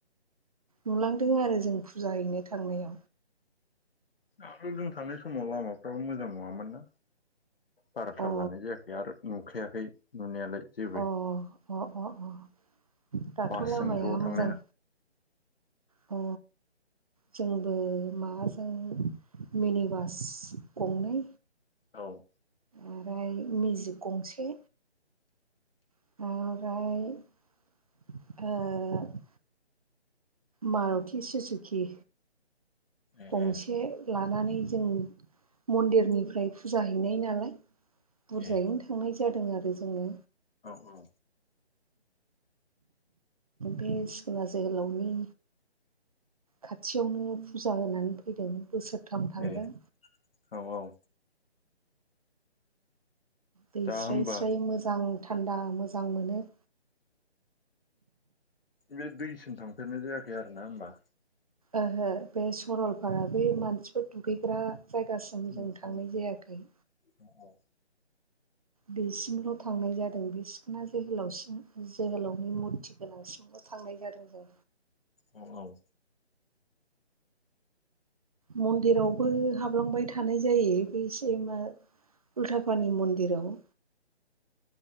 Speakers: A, on the right (about 35°); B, on the left (about 55°).
A: नुलांदों आरो जों फुजा हैनो थांनायाव
B: दाथ' जों थांनाय समाव लामाफ्राबो मोजां नंङामोन ना बारा थाल
A: अ
B: लानाय जायाखै आरो नुखायाखै नुनायालाय जेबो
A: अ अ अ अ दाथ'
B: बासजों
A: लामाया
B: ज' थांनाय
A: मोजां। अ जोंबो माबाजों मिनि बास गंनै
B: औव
A: ओमफ्राय मेजिक गंसे ओमफ्रायओ- मारुथि सुजुखि
B: ए
A: गंसे
B: ए
A: लानानै जों मन्दिरनिफ्राय फुजा हैनाय नालाय बुरजायैनो
B: ए
A: थांनाय जादों आरो जोंङो।
B: औ औ
A: बे सिखोन जोहोलावनि खाथियावनो फुजा होनानै फैदों बोसोरथाम थांदों।
B: ए औ औ
A: दै
B: दा
A: स्राय
B: होमबा
A: स्राय मोजां थान्दा मोजां मोनो।
B: बे दैसिम थांफेरनाय जायाखै आरो ना होनोमबा।
A: ओहो बे सरलपारा बै मानसिफोर दुगैग्रा जायगासिम ज
B: उम
A: जों थांनाय
B: उम
A: जायाखैय
B: औ औ
A: बेसिमल' थांनाय जादों बे सिखोना जोहोलावसि जोहोलावनि मुरथि गोनांसिम थांनाय जादों जों
B: औव औव
A: मन्दिरावबो हाबलांबाय थानाय जायो बेसेमा उल्थापानि मन्दिराव